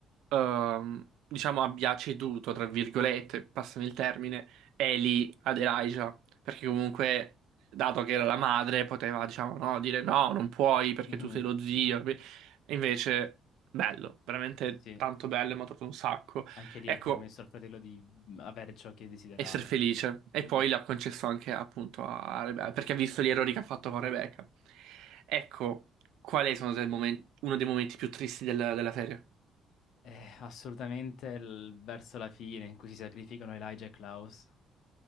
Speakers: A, on the right; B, on the left.
A: ehm, diciamo, abbia ceduto, tra virgolette, passami il termine, Ellie ad Elijah, perché comunque, dato che era la madre, poteva, diciamo, no, dire no, non puoi perché
B: Mhm.
A: tu sei lo zio. capi? E invece, bello, veramente
B: Sì,
A: tanto bello, mi ha trovato un sacco.
B: anche lì
A: Ecco.
B: ha permesso al fratello di mm, avere ciò che desiderava.
A: essere felice. E
B: Mhm.
A: poi l'ha concesso anche appunto a Rebecca, perché ha visto gli errori che ha fatto con Rebecca. Ecco, qual è sono del momen- uno dei momenti più tristi del- della serie?
B: Eh, assolutamente il- verso la fine in cui si sacrificano Elijah e Klaus